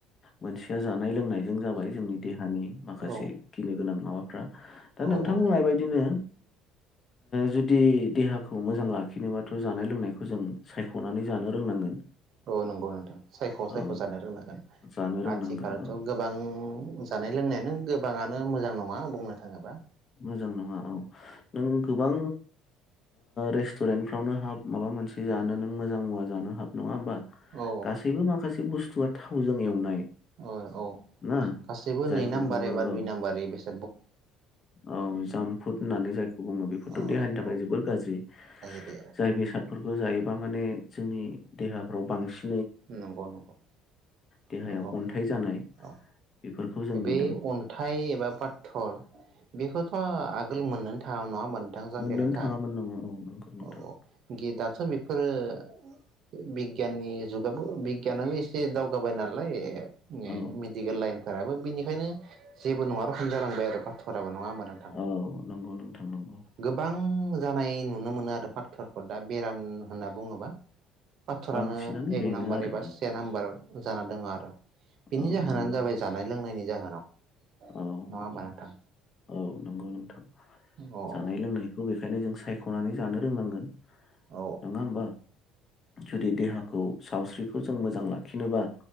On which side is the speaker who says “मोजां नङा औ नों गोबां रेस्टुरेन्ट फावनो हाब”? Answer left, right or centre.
Left